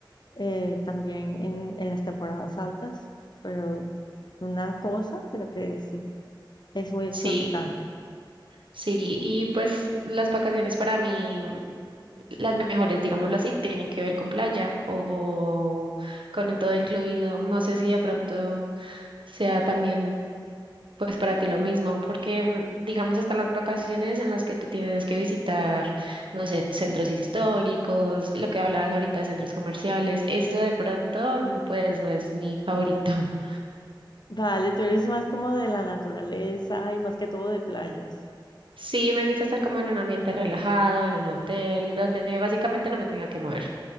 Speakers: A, on the left; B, on the right.
A: eh, también en, en las temporadas altas, pero una cosa, pero que sí, es muy exorbitante.
B: Sí, Sí, y pues las vacaciones para mí, las mejores, digámoslo así, tienen que ver con playa o con un todo incluido. No sé si de pronto sea también pues para ti lo mismo, porque mm, digamos están las vacaciones en las que tú tienes que visitar, no sé, centros históricos, lo que hablabas ahorita de centros comerciales, eso de pronto mm, pues no es mi favorito. <laughs>
A: Vale, tú eres más como de la naturaleza y más que todo de playas.
B: Sí, me gusta estar como en un ambiente relajado, en un hotel, donde básicamente no me tenga que mover.